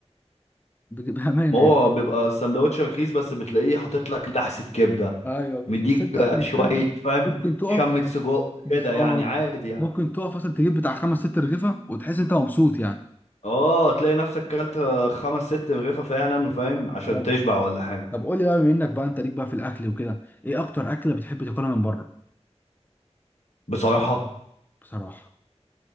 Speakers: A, on the left; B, on the left.
A: بت- بامانه
B: ما هو
A: يعني
B: بيبقى سندوتش رخيص بس بتلاقيه حاطط لك لحسة كبدة
A: ايوه بس
B: مديك
A: بس انت
B: آه،
A: مش
B: شوية
A: انت
B: فاهم
A: ممكن تقف
B: شمة سجق
A: بالظبط
B: كده يعني عادي يعني
A: ممكن تقف مثلا تجيب بتاع خمس ست رغيفه وتحس انت مبسوط يعني
B: اه تلاقي نفسك كلت آه، خمس ست رغيفة فعلا فاهم عشان
A: ايوه
B: تشبع ولا حاجة
A: طب قول لي بقى بما انك بقى انت ليك بقى في الاكل وكده ايه اكتر اكله بتحب تاكلها من بره
B: بصراحة
A: بصراحه